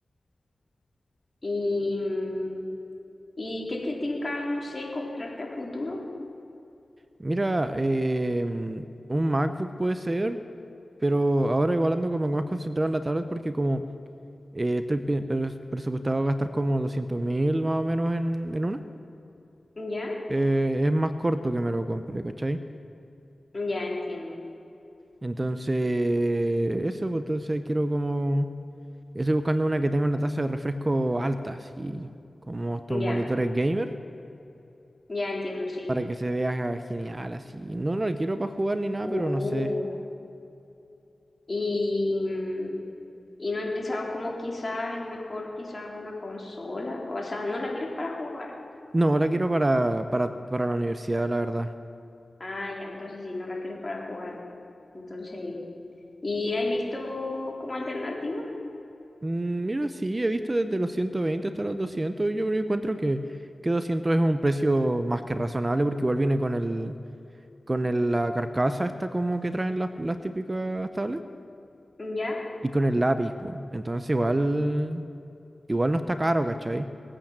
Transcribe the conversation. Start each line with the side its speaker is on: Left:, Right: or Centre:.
Left: y, mm, ¿y qué te tinca, no sé, comprarte a futuro?
Right: Mira, em, un MacBook puede ser, pero ahora igual ando como más concentrado en la tablet porque como... Eh, estoy pi- pre- presupuestado a gastar como doscientos mil más o menos en, en una.
Left: ¿Ya?
Right: Eh, es más corto que me lo compre, ¿cachai?
Left: Ya entiendo.
Right: Entonces, eso, pues, entonces quiero como... Estoy buscando una que tenga una tasa de refresco alta, así como estos
Left: Ya,
Right: monitores gamer,
Left: ya entiendo, sí.
Right: para que se vea genial, así. No no la quiero para jugar ni nada,
Left: Uh,
Right: pero no sé.
Left: y, mm, y no he pensado como quizás es mejor quizás una consola. O sea, no la quieres para jugar.
Right: No, la quiero para, para, para la universidad, la verdad.
Left: Ah, ya, entonces sí, no la quieres para jugar. Entonces, ¿y has visto como alternativa?
Right: Mm, Mira, sí, he visto desde los 120 hasta los 200 y yo creo- encuentro que, que 200 es un precio más que razonable porque igual viene con el, con el- la carcasa esta como que traen las, las típicas tablets
Left: ¿Ya?
Right: y con el lápiz, po. Entonces igual, igual no está caro, ¿cachai?